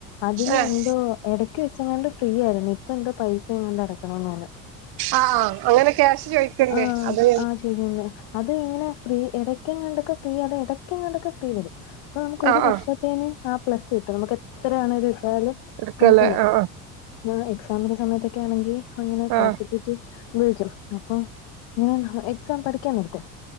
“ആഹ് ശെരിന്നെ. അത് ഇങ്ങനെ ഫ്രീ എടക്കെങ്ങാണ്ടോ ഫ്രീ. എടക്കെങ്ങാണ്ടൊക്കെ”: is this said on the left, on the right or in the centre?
Left